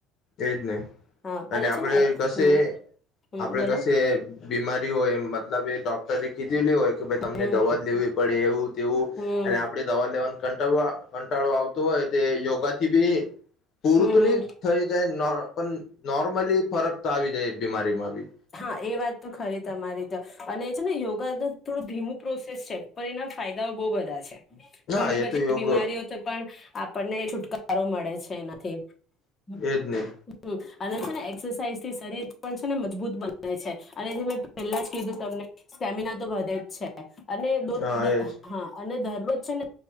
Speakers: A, on the left; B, on the left.
A: એ જ નહી,
B: હા
A: અને આપણે
B: છે ને
A: કશે
B: હમ હમ
A: આપણેે
B: બોલો
A: કશે બીમારી. હર, ઓ એમ. મતલબ એ ડોક્ટરે કીધું લેું હોય, કે ભાઈ તમને
B: હમ
A: દવા, જ લેવી પડે એવું તેવું
B: હમ
A: અને આપડે દવા લેવાનું. ઘંટાળો, ઘંટાળો આવતો હોય, તે યોગાથી બી. પૂરતની
B: હમ હમ
A: થઈ જાય નોર્મલી ફરક, તો આવી જાય બીમારી. માં બી.
B: હા એ વાત તો ખરી તમારી તો અને છે ને યોગા તો થોડું ધીમું પ્રોસેસ છે પણ એના ફાયદાઓ બહુ બધા છે.
A: હા
B: ઘણી
A: એ
B: બધી
A: તો યોગ
B: બીમારીઓ તો પણ. આપણને છુટકારો મળ મળે છે એનાથી, હમ્મ
A: એજ નહી
B: અને છે ને એક્સસાઈઝ થી શરીર પણ ને મજબૂત બને છે અને જે મેં પહેલા જ કીધું તમને સ્ટેમિના તો વધે જ છે. અને દોર
A: હા એજ
B: હા અને ધર છેને